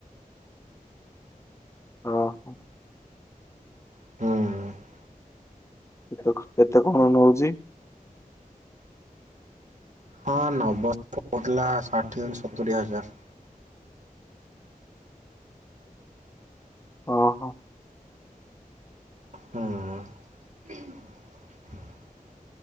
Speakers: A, on the left (about 20°); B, on the right (about 55°).
A: ଓହୋ।
B: ହୁଁ।
A: କେ କେତେ କଣ ନୋଉଛି?
B: ହଁ ନବ ଶ କହୁଥିଲା ଷାଠିଏ ସତୁରି ହଜାର।
A: ଓହୋ।
B: ହୁଁ।